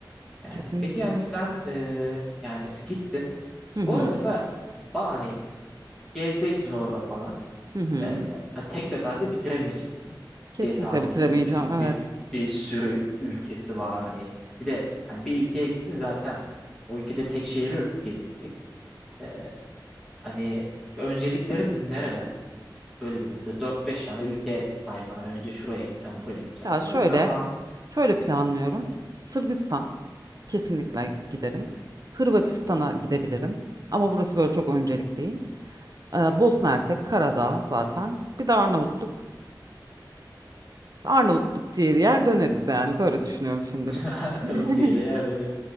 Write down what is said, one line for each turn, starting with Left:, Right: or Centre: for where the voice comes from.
Centre: Yani
Right: Kesinlikle.
Centre: peki yani sen e, yani gittin.
Right: Hı hı.
Centre: Bu arada mesela ba- hani gezeceksin orada falan.
Right: Hı hı.
Centre: Ee, hani tek seferde bitiremeyeceksin
Right: Kesinlikle
Centre: diye tahmin
Right: bitiremeyeceğim.
Centre: ediyorum. Çünkü
Right: Evet.
Centre: bir, bir sürü ülkesi var hani. Bir de hani bir ülkeye gittin zaten o ülkede tek şehir yok ki gezilecek. Ee, hani önceliklerin nereler? Böyle bir mesela dört beş tane ülke sahip. Hani önce şuraya gideceğim, buraya gideceğim
Right: Ya
Centre: falan.
Right: şöyle
Centre: Böyle kafan
Right: şöyle planlıyorum. Sırbistan kesinlikle giderim. Hırvatistan'a gidebilirim. Ama burası böyle çok öncelik değil. Ee, Bosna Hersek, Karadağ zaten. Bir de Arnavutluk. Arnavutluk ciğeri yer döneriz yani. Böyle düşünüyorum şimdilik.
Centre: Nerede
Right: <laughs>
Centre: <laughs> uçuyor, yer dönüyor.